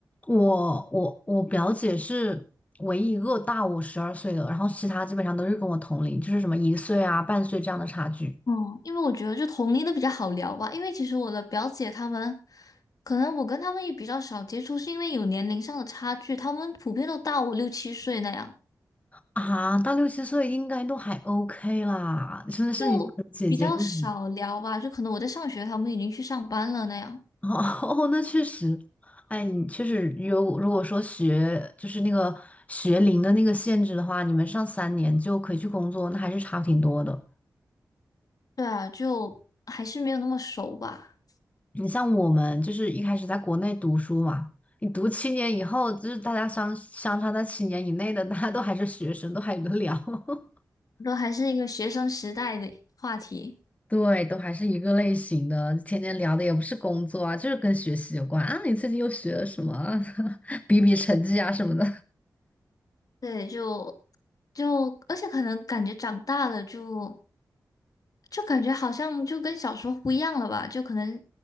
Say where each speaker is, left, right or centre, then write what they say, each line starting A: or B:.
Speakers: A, on the left; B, on the left.
A: 我我我表姐是唯一一个大我十二岁的，然后其他基本上都是跟我同龄，就是什么一岁啊、半岁这样的差距
B: 嗯，因为我觉得就同龄的比较好聊吧，因为其实我的表姐她们，可能我跟她们也比较少接触，是因为有年龄上的差距，她们普遍都大我六七岁那样。
A: 啊，到六七岁应该都还 OK 啦，真的是你姐姐跟我。
B: 就比较少聊吧，就可能我在上学，他们已经去上班了那样。
A: <laughs> 哦，那确实，哎，你确实有，如果说学就是那个学龄的那个限制的话，你们上三年就可以去工作，那还是差挺多的。
B: 对啊，就还是没有那么熟吧，
A: 你像我们就是一开始在国内读书嘛，你读七年以后，就是大家相相差在七年以内的，大家都还是学生，都还有的聊。<laughs>
B: 都还是一个学生时代的话题。
A: 对，都还是一个类型的，天天聊的也不是工作啊，就是跟学习有关啊。你最近又学了什么啊？<laughs> 比比成绩啊什么的，
B: 对，就就而且可能感觉长大了就就感觉好像就跟小时候不一样了吧，就可能